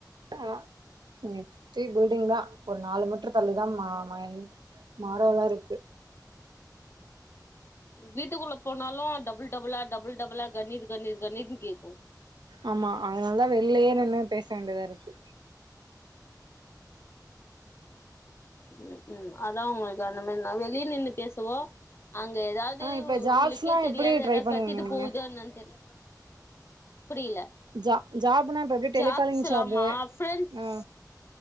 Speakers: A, on the right; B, on the left.
A: அ ஒத்த பில்டிங்தா ஒரு நாலு மீட்டர் தள்ளிதா நாமை மாறாவா இருக்கு
B: வீட்டுக்குள்ள போனாலு டபுள் டபுளா டபுள் டபுளா கணீர் கணீர் கணீர்னு கேக்கு
A: ஆமா அதனால தா வெள்லயே நின்னு பேச வேண்டியதா இருக்கு
B: ம் ஹு அதா உங்களுக்கு அந்த மாரி நா வெளிய நின்னு பேசவா அங்க ஏதாவது
A: ஆ இப்ப ஜாப்ஸ்லா
B: உங்களுக்கே தெரியாது
A: எப்டி ட்ரை
B: ஏதாது
A: பண்ணுவீங்க
B: கத்திட்டு
A: நீங்க
B: போவுதா என்னானு தெர்ல புரியல
A: ஜா ஜாப்னா இப்ப எப்டி டெலிகாலிங்
B: ஜாப்ஸ்லாமா
A: ஜாபு
B: ஃபிரென்ட்ஸ்
A: ம்